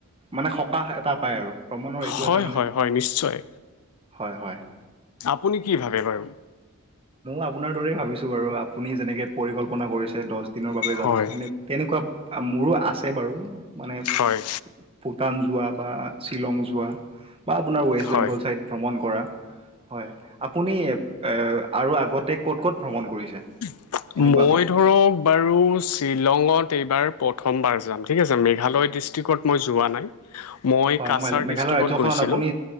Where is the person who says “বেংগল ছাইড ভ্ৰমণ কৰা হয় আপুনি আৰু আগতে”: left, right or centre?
Right